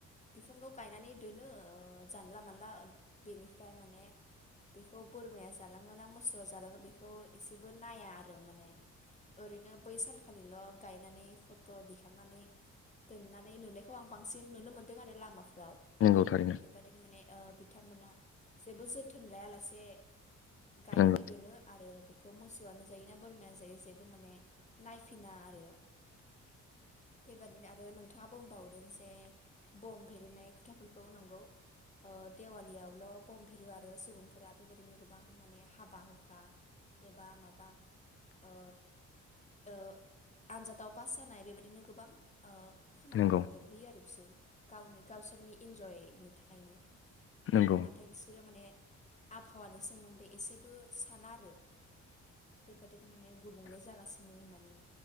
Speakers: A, on the left (about 20°); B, on the left (about 45°).
A: बिफांखौ गायनानै दोनो ओ जानला मानला ओन बेनि फ्राय माने बेखौ बोरमाया जालाङो ना मोसौआ जालाङो बेखौ एसेबो नाया आरो माने ओरैनो बै सानखालिल' गायनानै फट दिखांनानै दोननानै नुनायखौ आं बांसिन नुनो मोनदों आरो लामाफोर फ्राव
B: नंगौ थारैनो
A: बेबादिनो माने ओ बिथांमोना जेबो जोथोन लायालासे। गायनानै
B: नंगौ
A: दोनो आरो बे बेखौ मोसौआनो जायो ना बोरमायानो जायो जेबो माने नायफिना आरो बेबादिनो आरो नोंथाङा बुंबावदों जे बम बेरुनाय खोथाफोरखौ नंगौ। ओ देवालियावल' बम बेरु आरो सुबुंफोरा बेबायदिनो गोबां माने हाबा हुखा एबा माबा ओ ओ आनजादाव पास जानाय बेबायदिनो गोबां ओ खामानिफोराव
B: नंगौ
A: बेरहोयो आरो बिसोर। गावनो गावसोरनि इन्जयनि थाखायनो। बेयावनो
B: नोंगौ।
A: नाथाय बिसोरो माने आबहावानि सोमोन्दै एसेबो साना आरो बेबादिनो माने गुबुंले जागासिनो होननानै